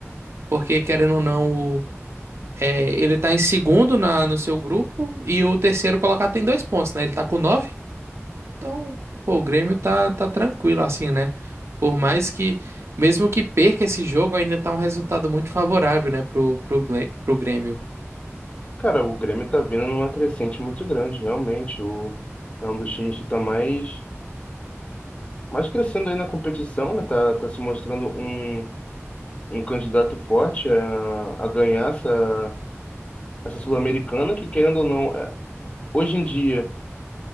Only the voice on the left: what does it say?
Cara, o Grêmio tá vindo numa crescente muito grande, realmente. O, é um dos times que tá mais, mais crescendo aí na competição, né? Tá, tá se mostrando um, um candidato forte a, a ganhar essa, essa Sul-Americana, que querendo ou não, é- hoje em dia.